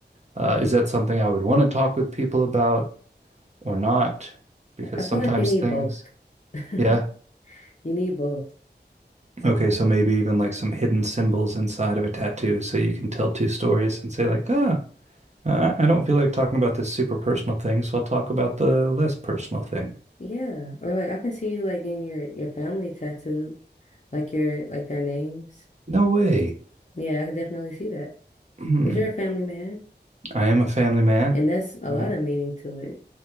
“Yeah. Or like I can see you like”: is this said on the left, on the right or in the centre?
Left